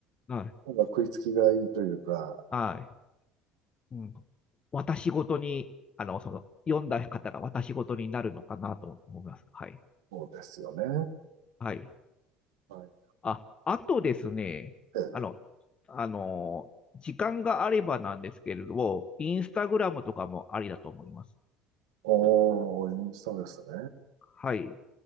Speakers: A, on the left; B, on the right.
A: はい。
B: なんか食いつきがいいというか、
A: はい。うん。私ごとに、あの、その、読んだ方が私ごとになるのかなと思います。はい。
B: そうですよね。
A: はい。
B: はい。
A: あ、あとですね、
B: ええ
A: あの、あの、時間があればなんですけれど、インスタグラムとかもありだと思います。
B: おー、そうですね。
A: はい。